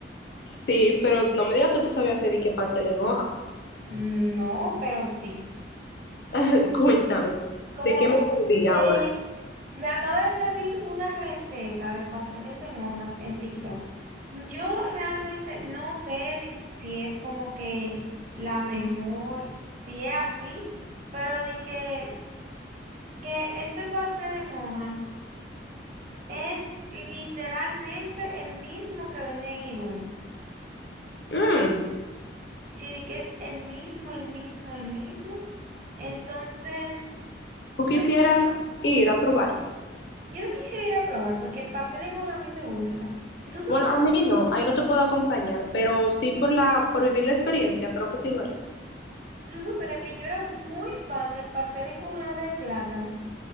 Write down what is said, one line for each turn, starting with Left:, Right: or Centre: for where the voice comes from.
Left: Sí, pero no me digas que tú sabías hacer y que pastel en hoja.
Right: Mm, No, pero sí.
Left: <laughs> Cuéntame,
Right: Como
Left: ¿de qué me perdí
Right: me,
Left: ahora?
Right: me acaba de salir una receta de pasteles en hojas en TikTok. Yo realmente no sé di- si es como que la mejor, si es así, pero di que... que ese pastel en hoja es literalmente el mismo que venden en Higüey.
Left: Mm,
Right: Sí, que es el mismo, el mismo, el mismo. Entonces,
Left: ¿tú
Right: yo,
Left: quisieras ir a probar?
Right: yo lo quisiera ir a probar porque el pastel en hoja a mí me gusta. Si tú supieras,
Left: Bueno, a mí no, ahí no te puedo acompañar, pero sí por la, por vivir la experiencia, creo que sí lo haría.
Right: tú supieras que yo era muy fan del pastel en hoja de plátano,